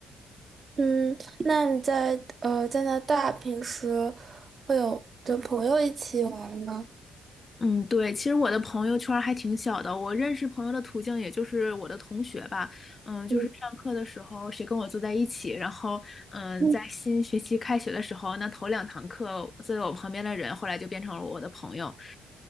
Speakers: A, on the right; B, on the left.
A: 嗯，那你在呃加拿大平时会有跟朋友一起玩吗？
B: 嗯，对，其实我的朋友圈儿还挺小的，我认识朋友的途径也就是我的同学吧，嗯，就是上课的时候谁跟我坐在一起，
A: 嗯
B: 然后嗯，
A: 嗯，
B: 在新学期开学的时候，那头两堂课坐在我旁边的人，后来就变成了我的朋友。